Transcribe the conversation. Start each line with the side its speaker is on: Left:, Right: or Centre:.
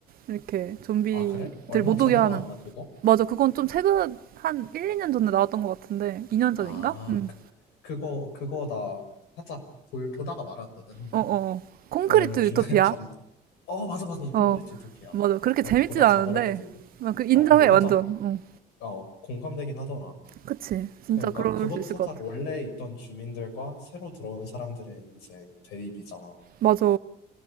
Right: 이렇게 좀비들
Left: 아, 그래? 얼마
Right: 못
Left: 전에
Right: 오게 하는.
Left: 나왔나, 그거?
Right: 맞아. 그건 좀 최근 한 1, 2년 전에 나왔던 것 같은데. 2년
Left: 아,
Right: 전인가? 응.
Left: 그, 그거, 그거 나 살짝 볼, 보다가 말았거든, 한 번.
Right: 어, 어, 어. 콘크리트
Left: 왜냐면 중간에
Right: 유토피아.
Left: <laughs> 잠, 어, 맞아, 맞아, 맞아.
Right: 어,
Left: 콘크리트 유토피아.
Right: 맞아. 그렇게
Left: 내가
Right: 재밌진
Left: 보다가
Right: 않은데.
Left: 자버렸거든.
Right: 나그 인정해,
Left: 어, 근데 살짝,
Right: 완전. 어.
Left: 어, 공감되긴 하더라.
Right: 그치. 진짜
Left: 그러니까
Right: 그럴
Left: 그것도
Right: 수 있을
Left: 살짝
Right: 것 같아.
Left: 원래 있던 주민들과 새로 들어온 사람들의 이제 대립이잖아.
Right: 맞아.